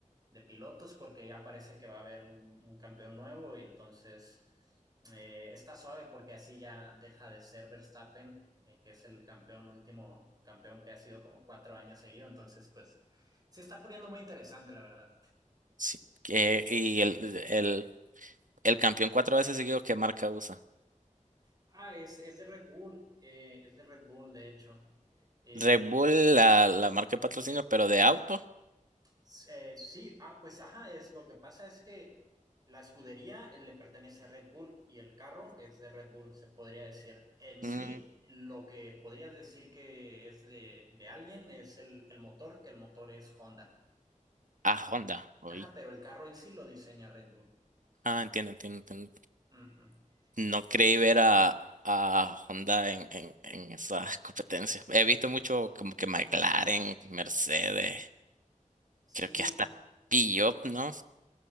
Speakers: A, on the right (about 30°); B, on the right (about 75°).
A: de pilotos porque ya parece que va a haber un, un campeón nuevo y entonces eh, está suave porque así ya deja de ser Verstappen, eh, que es el campeón último, campeón que ha sido como cuatro años seguido, entonces pues se está poniendo muy interesante, la verdad.
B: Sí, que- y el, el, el campeón cuatro veces seguido, ¿qué marca usa?
A: Ah, es, es de Red Bull, eh, es de Red Bull, de hecho. Eh,
B: Red Bull, la, la marca de patrocinio, pero de auto,
A: s- eh, sí, ah, pues ajá, es lo que pasa es que la escudería le pertenece a Red Bull y el carro es de Red Bull, se podría decir. En sí,
B: mm,
A: lo que podrías decir que es de, de alguien es el, el motor, que el motor es Honda.
B: a Honda, oí.
A: Ajá, pero el carro en sí lo diseña Red Bull.
B: Ah, entiendo, entiendo, entiendo.
A: Ujú.
B: No creí
A: Sí.
B: ver a, a Honda en, en, en esas competencias. He visto mucho como que McLaren, Mercedes, creo
A: Sí,
B: que hasta Peugeot, ¿no?